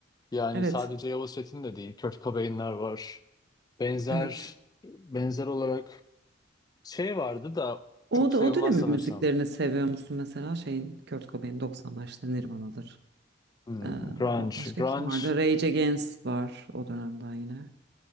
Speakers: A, on the left; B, on the right.
A: Yani
B: Evet,
A: sadece Yavuz Çetin de değil. Kurt Cobain'ler var. Benzer
B: evet.
A: benzer olarak şey vardı da
B: O
A: çok
B: da
A: sayılmaz
B: o dönemin
A: sanırsam.
B: müziklerini seviyor musun mesela şeyin Kurt Cobain 90'lar işte Nirvana'dır.
A: Hmm,
B: Ee, ba-
A: grunge.
B: başka
A: Grunge.
B: kim vardı? Rage Against var o dönemden yine.